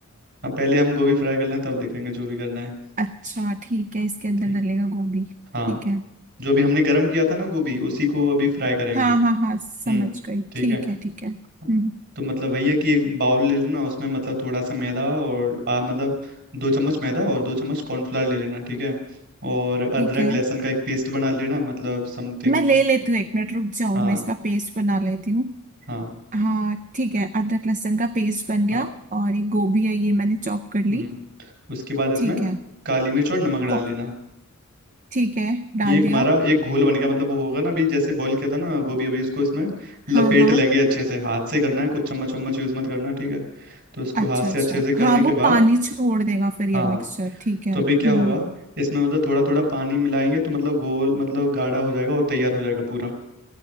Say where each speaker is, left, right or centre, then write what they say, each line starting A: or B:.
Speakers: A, on the right; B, on the right.
A: हाँ पहले हम गोभी फ्राई कर लें तब देखेंगे जो भी करना है
B: अच्छा ठीक है इसके अंदर
A: ठीक
B: डलेगा गोभी
A: हाँ
B: ठीक है
A: जो भी हमने गर्म किया था ना गोभी उसी को अभी फ्राई करेंगे
B: हाँ हाँ हाँ समझ
A: हम्म
B: गई
A: ठीक
B: ठीक
A: है
B: है ठीक है हम्म
A: हाँ, तो मतलब वही है कि एक बाउल ले लेना उसमें मतलब थोड़ा सा मैदा और आ मतलब दो चम्मच मैदा और दो चम्मच कॉर्नफ्लावर ले लेना ठीक है और अदरक
B: ठीक है
A: लहसुन का एक पेस्ट बना लेना मतलब समथिंग
B: मैं ले लेती हूँ एक मिनट रुक जाओ
A: हाँ
B: मैं इसका पेस्ट बना लेती हूँ
A: हाँ
B: हाँ ठीक है अदरक लहसुन का पेस्ट बन गया
A: हाँ
B: और ये गोभी है ये मैंने चॉप कर ली
A: हम्म उसके बाद इसमें
B: ठीक है
A: काली मिर्च और नमक डाल
B: को
A: लेना
B: ठीक है डाल
A: ये एक
B: दिया
A: हमारा एक घोल बन गया मतलब वो होगा ना अभी जैसे बॉईल किया था ना गोभी अभी इसको इसमें लपेट
B: हाँ हाँ
A: लेंगे अच्छे से हाथ से करना है कुछ चम्मच वम्मच यूज मत करना ठीक है तो इसको
B: अच्छा
A: हाथ
B: अच्छा
A: से अच्छे से
B: हाँ
A: करने के
B: वो
A: बाद
B: पानी छोड़ देगा फिर ये
A: हाँ
B: मिक्सचर ठीक है
A: तो अभी
B: हम्म
A: क्या होगा इसमें मतलब थोड़ा थोड़ा पानी मिलाएंगे तो मतलब गोल मतलब गाढ़ा हो जाएगा और तैयार हो जाएगा पूरा